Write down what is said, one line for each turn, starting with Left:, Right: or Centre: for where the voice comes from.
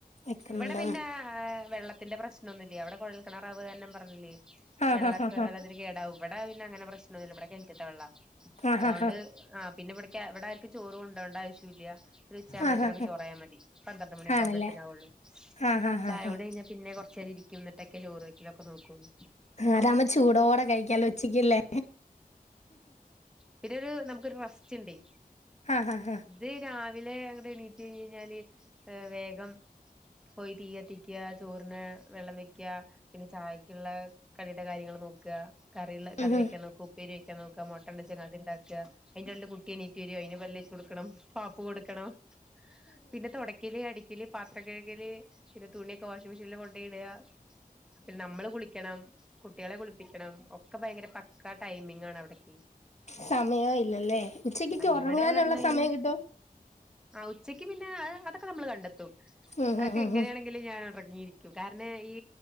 Left: വെക്കുന്നുണ്ട്
Centre: ഇവിടെ പിന്നെ വെള്ളത്തിന്റെ പ്രശ്നം നന്നുല്ലി അവിടെ കുഴൽ കിണറാ <unintelligible> പറഞ്ഞില്ലേ
Left: ആഹ്
Centre: വെളളത്തിന്
Left: ആഹ് ആഹ്
Centre: ഇവിടെ പിന്നെ അങ്ങനെ പ്രശ്നംന്നുമില്ല ഇവിടെ കെണറ്റത്തെ വെള്ള
Left: ആഹ്
Centre: അതുകൊണ്ട്
Left: ആഹ്
Centre: ആ പിന്നെ ഇവിടെക്ക് ഇവിടെ ആർക്കു ചോറ് കൊണ്ടോവണ്ട ആവശ്യ ഇല്ല ഒരു ഉച്ചാവോമ്പഴത്തിനൊക്കെ
Left: ആഹ് ആഹ് ആഹ്
Centre: ത്തിയാൽ മതി പന്ത്രണ്ട് മണിയാവുമ്പോത്തിനാകുള്ളു
Left: ആണല്ലേ ആഹ് ആഹ്
Centre: ചായകുടി
Left: ആഹ്
Centre: പിന്നെ കുറച്ചുനേരം ഇരിക്കും എന്നിട്ട് ക്കെ ചോറ് വയ്ക്കലക്കെ നോക്കുള്ളു.
Left: അതാകുമ്പോ ചൂടേട് കഴിക്കാലോ ഉച്ചക്ക്ല്ലേ
Centre: പിന്നെരു നമുക്കരു റസ്റ്റ് ഉണ്ടേ
Left: ആഹ് ആഹ് ആഹ്
Centre: ഇത് രാവിലെ അങ്ങട് എണീ റ്റ് കഴിഞ്ഞാല് വേഗം പോയി തീയത്തിക്ക ചോറിന് വെള്ളം വെയ്ക്ക പിന്നെ ചായക്കുള്ള കടിയുടെ കാര്യങ്ങൾ നോക്ക കറി കറി
Left: ഉം ഉം
Centre: വെക്കാ നോക്കു ഉപ്പേരി വെക്കാ നോക്ക മൊട്ടണ്ടെച്ചാങ്കിൽ അത് ഇണ്ടാക്കാ അതിന്റെ ഉള്ളിൽ കുട്ടി എണീറ്റ് വരും അയിന് പല്ല്തേച്ച് കൊടുക്കണം പാപ്പു കൊടുക്കണം പിന്നെ തൊടക്കല് അടിക്കല് പാത്രം കഴുകല് പിന്നെ തുണിയൊക്കെ വാഷിംഗ് മെഷീനിൽ കൊണ്ടോയി യിട പിന്നെ നമ്മള് കുളിക്കണം കുട്ടിയാളെ കുളിപ്പിക്കണം ഒക്കെ ഭയങ്കര പക്കാ ടൈമിംഗ് ആണ് അവിടക്ക്
Left: സമയോ ഇല്ലല്ലേ ഉച്ചകൊക്കെ ഒറങ്ങാനുള്ള
Centre: ഇവിടെ പറഞ്ഞ് കഴിഞ്ഞാ
Left: സമയം കിട്ടുവേ
Centre: ആ ഉച്ചയ്ക്ക് പിന്നെ അതൊക്കെ നമ്മൾ കണ്ടെത്തും
Left: ഉം
Centre: അതൊക്കെ
Left: ഉം ഉം
Centre: എങ്ങനെയാണ്
Left: ഉം
Centre: ഞാൻ ഉറങ്ങിയിരിക്കും കാരണം ഈ